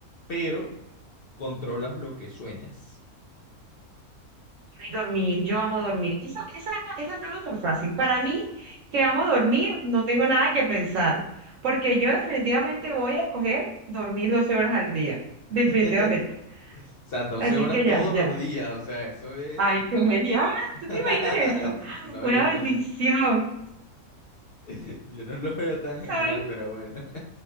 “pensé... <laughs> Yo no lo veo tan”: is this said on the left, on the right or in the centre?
Left